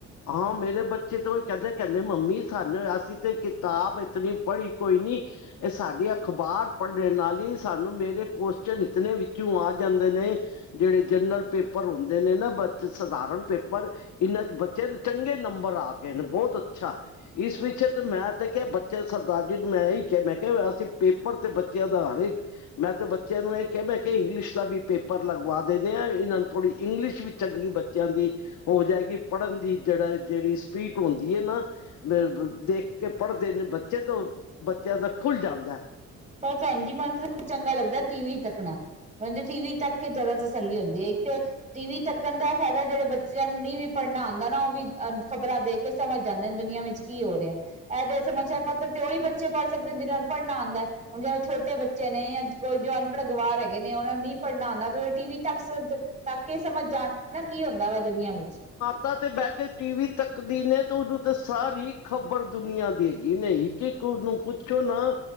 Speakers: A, on the left; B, on the right.
A: ਹਾਂ ਮੇਰੇ ਬੱਚੇ ਤਾ ਓਇ ਕੈਦੇ-ਕੈਂਦੇ ਮੰਮੀ ਸਾਨੂੰ ਅਸੀ ਤੇ ਕਿਤਾਬ ਇਤਨੀ ਪੜ੍ਹੀ ਕੋਈ ਨੀ ਏ ਸਾਡੀਆਂ ਅਖ਼ਬਾਰ ਪੜ੍ਹਨੇ ਨਾਲ ਈ ਸਾਨੂੰ ਮੇਰੇ ਕੌਸ਼ਚਣ ਇਤਨੇ ਵਿੱਚੋ ਆ ਜਾਂਦੇ ਨੇ। ਜੇੜੇ ਜਨਲ ਪੇਪਰ ਹੁੰਦੇ ਨੇ ਨਾ ਬੱਚ ਸਧਾਰਨ ਪੇਪਰ ਏਨਾ ਚ ਬੱਚ ਚੱਲ ਚੰਗੇ ਨੰਬਰ ਆ ਗੇ ਨੇ ਬੋਤ ਅੱਛਾ। ਇਸ ਵਿਸ਼ੇ ਤੇ ਮੈਂ ਤੇ ਕਿਆ ਬੱਚੇ ਸਰਦਾਰ ਜੀ ਨੂੰ ਮੈਂ ਇਹੀ ਕਿਐ ਮੈਂ ਕਿਆ ਅਸੀ ਪੇਪਰ ਤੇ ਬੱਚਿਆਂ ਦਾ ਹਰੇਕ ਮੈਂ ਤੇ ਬੱਚਿਆਂ ਨੂੰ ਏਇ ਕਿਆ ਮੈਂ ਕਿਆ ਇੰਗਲਿਸ਼ ਦਾ ਵੀ ਪੇਪਰ ਲਗਵਾ ਦੇਣੇ ਆ। ਇਨ੍ਹਾਂਨੂੰ ਨੂੰ ਥੋੜ੍ਹੀ ਇੰਗਲਿਸ਼ ਵੀ ਚੰਗੀ ਬਚ ਚਿਆਂ ਦੀ ਹੋ ਜਾਏਗੀ ਪੜ੍ਹਨ ਦੀ ਜੇੜਾ ਜੇੜੀ ਸਪੀਟ ਹੁੰਦੀ ਏ ਨਾ ਬਿਲਬੁਲ ਦੇਖ ਕੇ ਪੜ੍ਹਦੇ ਨੇ ਬੱਚੇ ਤੋਂ ਬੱਚਿਆਂ ਦਾ ਖੁੱਲ ਜਾਂਦੈ।
B: ਪਰ ਪੈਂਜੀ ਮੈਨੂੰ ਤੇ ਚੰਗਾ ਲੱਗਦਾ ਟੀ ਵੀ ਤੱਕਣਾ। ਮੈਨ ਤੇ ਟੀ-ਵੀ ਤੱਕ ਕੇ ਜਾਦਾ ਤਸੱਲੀ ਹੁੰਦੀ ਏ। ਇਕ ਤੇ ਟੀ-ਵੀ ਤੱਕਣ ਦਾ ਐ ਫੈਦਾ ਜੇੜੇ ਬੱਚਿਆਂ ਨੂੰ ਨੀ ਵੀ ਪੜ੍ਹਨਾ ਆਂਦਾ ਨਾ ਉ ਵੀ ਖ਼ਬਰਾਂ ਦੇਖ ਕੇ ਸਮਝ ਜਾਂਦੇ ਨੇ ਦੁਨੀਆਂ ਵਿੱਚ ਕੀ ਹੋ ਰਿਆ। ਐ ਜੇ ਸਮਾਚਾਰ ਪੱਤਰ ਤੇ ਉਈ ਬੱਚੇ ਪੜ੍ਹ ਸਕਦੇ ਨ ਜਿਨ੍ਹਾਂਨੂੰ ਪੜ੍ਹਨਾ ਆਂਦੈ। ਹੁਣ ਜੇਵੇਂ ਛੋਟੇ ਬੱਚੇ ਨੇ ਯਾ ਕੋਈ ਜੋ ਅਨਪੜ੍ਹ ਗਵਾਰ ਹੈਗੇ ਨੇ ਉਨਾਂ ਨੂੰ ਨੀ ਪੜ੍ਹਨਾ ਆਂਦਾ ਤੇ ਓ ਟੀ ਵੀ ਤੱਕ ਸ ਤੱਕ ਕੇ ਈ ਸਮਝ ਜਾਣ ਗੇ ਨਾ ਕੀ ਹੁੰਦਾ ਪਿਐ ਦੁਨੀਆਂ ਵਿੱਚ।
A: ਤਾ ਤੇ ਬੈ ਕੇ ਟੀ-ਵੀ ਤੱਕਦੀ ਨੇ ਤੇ ਉਨੂੰ ਤੇ ਸਾਰੀ ਖਬਰ ਦੁਨੀਆਂ ਦੀ ਹੈਗੀ ਨਈ ਕਿ ਕੁ ਉਨੂੰ ਪੁੱਛੋ ਨਾ